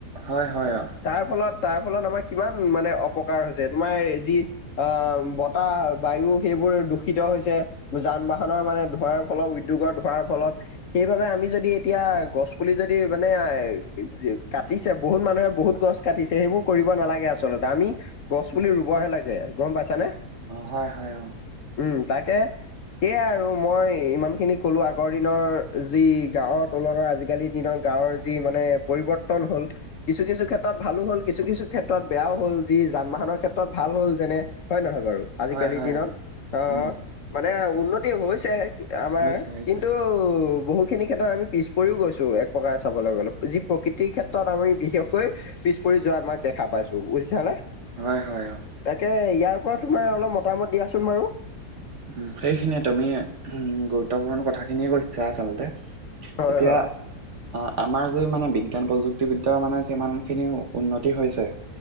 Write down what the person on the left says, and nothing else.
তাৰ ফলত তাৰ ফলত আমাৰ কিমান মানে অপকাৰ হৈছে। তোমাৰ যি আহ, বতাহ বায়ু সেইবোৰ দূষিত হৈছে যান-বাহন, খনৰ মানে ধৱাৰ ফলত উদ্যোগৰ ধৱাৰ ফলত, সেইবাবে আমি যদি এতিয়া গছ পুলি যদি মানে এ কাটিছে বহুত মানুহে বহুত গছ। কাটিছে সেইবোৰ কৰিব নালাগে আচলতে আমি গছ পুলি ৰুবহে লাগে গম পাইছানে।
উম তাকে, সেয়াই আৰু মই ইমান খিনি কলো আগৰ দিনৰ যি গাঁৱৰ তুলনাত আজিকালি দিনৰ। গাঁৱৰ যি মানে পৰিৱৰ্তন হল। কিছু কিছু ক্ষেত্ৰত ভালো হ'ল কিছু কিছু ক্ষেত্ৰত বেয়াও হ'ল যি যান বাহনৰ ক্ষেত্ৰত ভাল হ'ল যেনে, হয় নহয় বাৰু আজিকালিৰ
দিনত অ
মানে উন্নতি হৈছে। আমাৰ
কিন্তু বহুখিনি, কেত্ৰ আমি পিছ পৰিও গৈছো এক প্ৰকাৰে চাবলৈ গলো যি প্ৰকৃতিৰ ক্ষেত্ৰত আমি বিশেষকৈ, পিছ পৰি যোৱা আমাক দেখা পাইছো বুজিছানে।
তাকে ইয়াৰ পৰা তোমাৰ অলপ মতামত দিয়াচোন বাৰু,
হয়
হয়